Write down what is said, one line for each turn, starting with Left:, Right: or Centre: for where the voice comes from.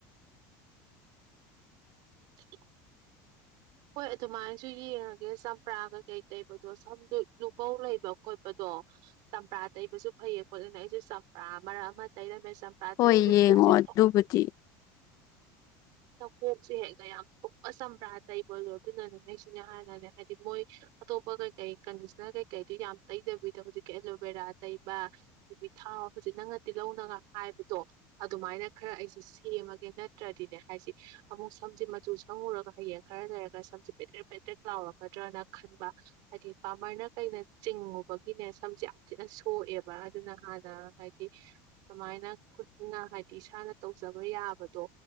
Right: <inaudible> ꯍꯣꯏ ꯑꯗꯨꯃꯥꯏꯅꯁꯨ ꯌꯦꯡꯉꯒꯦ ꯆꯝꯄ꯭ꯔꯥ ꯀꯩꯀꯩ ꯇꯩꯕꯗꯣ ꯁꯝ ꯂꯨꯄꯧ ꯂꯩꯕ ꯈꯣꯠꯄꯗꯣ ꯆꯝꯄ꯭ꯔꯥ ꯇꯩꯕꯁꯨ ꯐꯩꯌꯦ ꯈꯣꯠꯂꯦꯅ ꯑꯩꯁꯨ ꯆꯝꯄ꯭ꯔꯥ ꯃꯔꯛ ꯑꯃ ꯇꯩꯔꯝꯃꯤ ꯃ ꯁꯄ
Left: ꯍꯣꯏ
Right: ꯇꯗꯨ
Left: ꯌꯦꯡꯉꯣ
Right: ꯈꯨꯁꯤ
Left: ꯑꯗꯨꯕꯨꯗꯤ
Right: ꯊ ꯁꯣꯁ ꯍꯥꯏꯒ ꯌꯥꯝ ꯑꯁꯝ꯭ꯔꯥꯇ ꯇꯩꯕꯂꯣ ꯑꯗꯨꯅꯅꯦ ꯅꯪꯁꯤꯅꯦ ꯍꯥꯟꯅꯅꯦ ꯍꯥꯏꯗꯤ ꯃꯣꯏ ꯑꯇꯣꯞꯄ ꯀꯩꯀꯩ ꯀꯟꯗꯤꯁꯅꯔ ꯀꯩꯀꯩꯗꯨ ꯌꯥꯝ ꯇꯩꯗꯕꯤꯗꯣ ꯍꯧꯖꯤꯛꯀꯤ ꯑꯦꯂꯣꯕꯦꯔꯥ ꯇꯩꯕ ꯑꯗꯒꯤ ꯊꯥ ꯍꯧꯖꯤꯛ ꯅꯪꯅꯗꯤꯤ ꯂꯧꯅꯒ ꯍꯥꯏꯕꯗꯣ ꯑꯗꯨꯃꯥꯏꯅ ꯈꯔ ꯑꯩꯁꯦ ꯁꯦꯝꯃꯒꯦ ꯅꯠꯇ꯭ꯔꯗꯤꯅꯦ ꯍꯥꯏꯁꯦ ꯑꯃꯨꯛ ꯁꯝꯁꯦ ꯃꯆꯨ ꯁꯪꯉꯨꯔꯒ ꯍꯌꯦꯡ ꯈꯔ ꯂꯩꯔꯒ ꯁꯝꯁꯦ ꯄꯦꯗ꯭ꯔꯦꯦꯛ ꯄꯦꯗ꯭ꯔꯦꯦꯛ ꯂꯥꯎꯔꯛꯀꯗ꯭ꯔꯅ ꯈꯟꯕ ꯍꯥꯏꯗꯤ ꯄꯥꯃꯔꯅ ꯀꯩꯅ ꯆꯤꯡꯉꯨꯕꯒꯤꯅꯦ ꯁꯝꯁꯦ ꯌꯥꯝ ꯊꯤꯅ ꯁꯣꯛꯑꯦꯕ ꯑꯗꯨꯅ ꯍꯥꯟꯅ ꯍꯥꯏꯗꯤ ꯑꯗꯨꯃꯥꯏꯅ ꯈꯨꯠꯅ ꯍꯥꯏꯗꯤ ꯏꯁꯥꯅ ꯇꯧꯖꯕ ꯌꯥꯕꯗꯣ